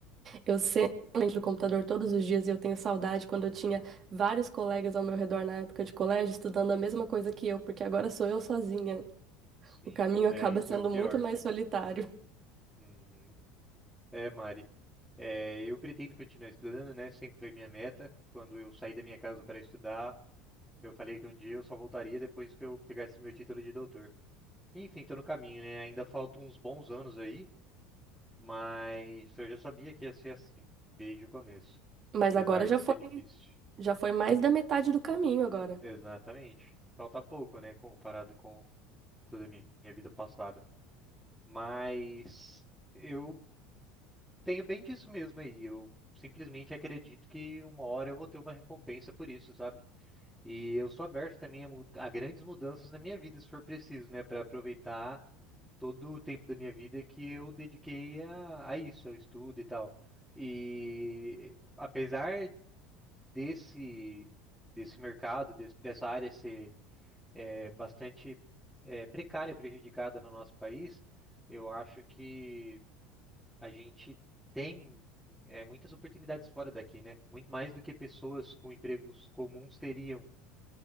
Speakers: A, on the right (about 40°); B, in the centre.
A: Eu sento na frente do computador todos os dias e eu tenho saudade quando eu tinha vários colegas ao meu redor na época de colégio estudando a mesma coisa que eu, porque agora sou eu sozinha.
B: sim.
A: O caminho
B: É,
A: acaba
B: isso
A: sendo
B: é o pior.
A: muito mais solitário.
B: Uhum. É, Mari. É, eu pretendo continuar estudando, né? Sempre foi minha meta. Quando eu saí da minha casa para estudar, eu falei que um dia eu só voltaria depois que eu pegasse meu título de doutor. Enfim, tô no caminho, né? Ainda faltam uns bons anos aí, mas eu já sabia que ia ser assim, desde o começo,
A: Mas
B: apesar
A: agora já
B: de
A: foi,
B: ser difícil.
A: já foi mais da metade do caminho agora.
B: Exatamente. Falta pouco, né? Comparado com toda a minha minha vida passada. Mas eu Tenho bem disso mesmo aí. Eu simplesmente acredito que uma hora eu vou ter uma recompensa por isso, sabe? E eu sou aberto também a, mu- a grandes mudanças na minha vida, se for preciso, né? Para aproveitar todo o tempo da minha vida que eu dediquei a, a isso, ao estudo e tal. E apesar desse, desse mercado, des- dessa área ser é, bastante é, precária, prejudicada no nosso país, eu acho que a gente tem é, muitas oportunidades fora daqui, né? Muito mais do que pessoas com empregos comuns teriam.